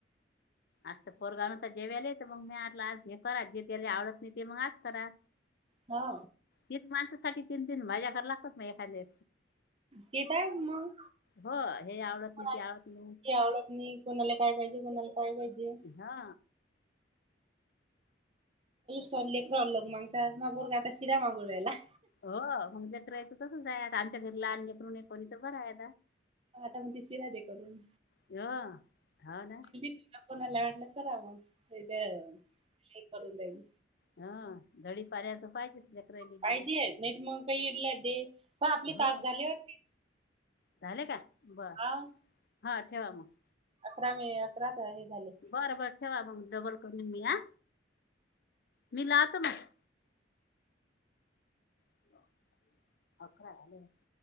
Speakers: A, on the left; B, on the right.
A: आज पोरगाव न तर जेवेयलाले मग नाही आलं आज हे करा जे त्याला आवडत नाही ते मग आज करा.
B: हा.
A: तीन माणसासाठी तीन तीन मजा कर लागतात मग एखाद्या
B: तेेतय मग
A: हो हे आवडत
B: कोणाला
A: नाही ते आवडत नाही
B: आवडत नाही कोणाला काय पाहिजे कोणाला काय पाहिजे.
A: हा
B: तुॉ लेखरा लग मागता मग बोरग आता शिरा मागववा्यायला.
A: हो मग ज करायचं तसच आमच्या घरीलालेकरून कोणी. बर आहे
B: आता म्हणते शिरा दे करून
A: य हा ना.
B: त कोणाला वाटलं कराव तथे का करून देईल
A: हा धडी पाऱ्याचं पाहिजेच लेकरायले
B: पाहिती
A: बी
B: नाहीत मग काही इडल्या दे पग आपले
A: हो
B: तास झालेवरते
A: झाले का बर
B: हा
A: हा ठेवा मग.
B: अकरा मे <unintelligible>
A: बरं बर ठेवा मग डबल करून मी या मी लावतो मग <unintelligible>